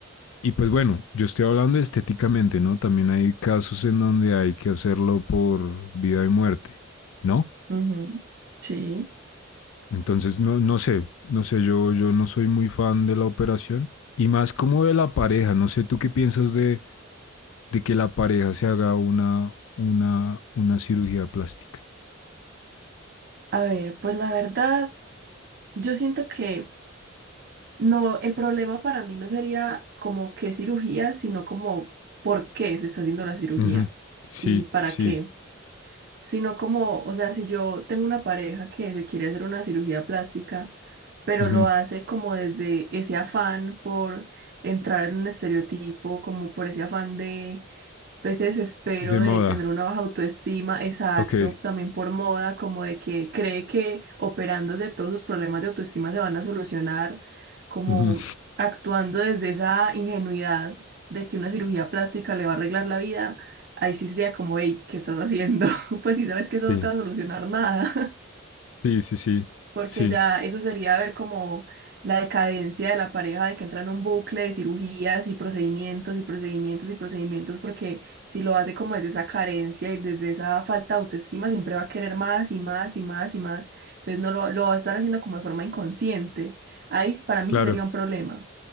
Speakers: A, on the left; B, on the right.
A: y pues bueno, yo estoy hablando estéticamente, ¿no? También hay casos en donde hay que hacerlo por vida y muerte, ¿no?
B: Ujú. Sí.
A: Entonces, no, no sé, no sé, yo, yo no soy muy fan de la operación y más como de la pareja. No sé, ¿tú qué piensas de, de que la pareja se haga una, una, una cirugía plástica?
B: A ver, pues la verdad, yo siento que no, el problema para mí no sería como qué cirugía, sino como por qué se está haciendo la cirugía
A: Ujú, Sí,
B: y para
A: sí.
B: qué. sino como, o sea, si yo tengo una pareja que se quiere hacer una cirugía plástica, pero
A: ujú,
B: lo hace como desde ese afán por entrar en un estereotipo, como por ese afán de pues, ese desespero
A: De
B: de
A: moda.
B: tener una baja autoestima, exacto,
A: Ok.
B: también por moda, como de que cree que operándose todos sus problemas de autoestima se van a solucionar, como
A: ujú,
B: actuando desde esa ingenuidad de que una cirugía plástica le va a arreglar la vida, ahí sí sería como, hey, ¿qué estás haciendo? <laughs> Pues si sabes que eso
A: Sí,
B: no te va a solucionar nada.
A: sí, sí, sí.
B: Porque
A: Sí,
B: ya eso sería ver como la decadencia de la pareja, de que entra en un bucle de cirugías y procedimientos y procedimientos y procedimientos, porque si lo hace como desde esa carencia y desde esa falta de autoestima, siempre va a querer más y más y más y más. Entonces no lo, lo va a estar haciendo como de forma inconsciente. Ahí para mí
A: claro.
B: sí sería un problema.